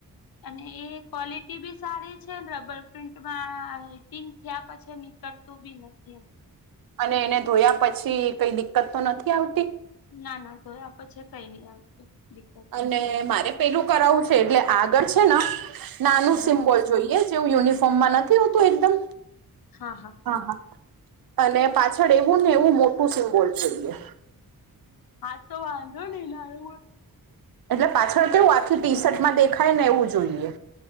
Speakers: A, on the left; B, on the right.
A: અને એ ક્વોલિટી બી સારી છે રબર પ્રિન્ટમાં િંગ થયા પછી નીકળતું બી નથી એમ.
B: અને એને ધોયા પછી કઈ દિકકત તો નથી આવતી?
A: ના ના તોય આપ છે કઈ નઈ આવ.
B: અને મારે પેલું કરાવવું છે એટલે આગળ છે ને નાનું
A: હમ
B: સિમ્બોલ. જોઈએ જેવું યુનિફોર્મમાં નથી હોતું એકદમ.
A: હા હા.
B: હા હા, અને પાછળ એવું ને એવું મોટું સિમ્બોલ જોઈએ.
A: હા તો વાંધો ને નાળ
B: એટલે પાછળ કેવું આખી ટી શર્ટમાં દેખાય ને એવું જોઈએ.